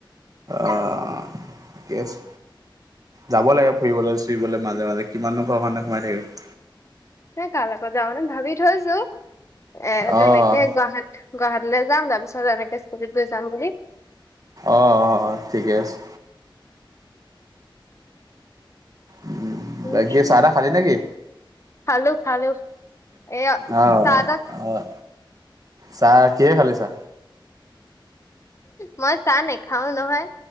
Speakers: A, on the right (about 45°); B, on the left (about 35°).
A: অ ঠিকে আছে যাব লাগে ফুৰিবলে চুৰিবলে মাজে মাজে কিমাননো ঘৰখনতে সোমাই থাকিবি
B: নে কাৰ লগত যাও এনে ভাবি থৈছো এ
A: অ',
B: তেনেকে গুৱাহাট গুৱাহাটীলৈ যাম তাৰপিছত এনেকে স্কুলীত গৈ যাম বুলি
A: অ অ অ ঠিকে আছে উ
B: উম
A: বাক চাহা খালি নেকি
B: খালো খালো এয়া
A: আহ
B: চাহ তাহ
A: আহ চাহ কিহে খালি চা
B: মই চা নেখাও নহয়